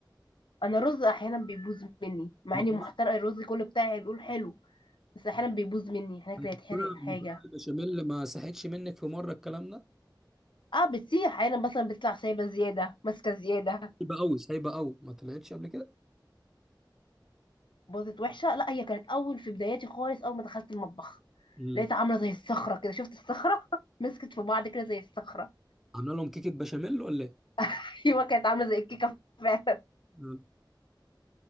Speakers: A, on the left; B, in the centre.
A: أنا الرز أحيانا بيبوظ مني مع
B: المكرونه
A: إني محترقة الرز كله بتاعي بيقول حلو بس أحيانا بيبوظ مني أحيانا
B: المكرونه
A: كده يتحرق حاجة
B: المكرونه البشاميل ما صحتش منك في مره الكلام ده
A: اه بتسيح أحيانا مثلا بتطلع سايبة زيادة ماسكة زيادة
B: هيبقى قوي سايبه قوي ما طلعتش قبل كده
A: باظت وحشه لا هي كانت اول في بداياتي خالص اول ما دخلت المطبخ
B: امم
A: لقيتها عامله زي الصخره كده شفت الصخره <laughs> مسكت في بعض كده زي الصخره
B: عامله لهم كيكه بشاميل ولا ايه
A: <laughs> ايوه كانت عامله زي الكيكه فعلا
B: مم.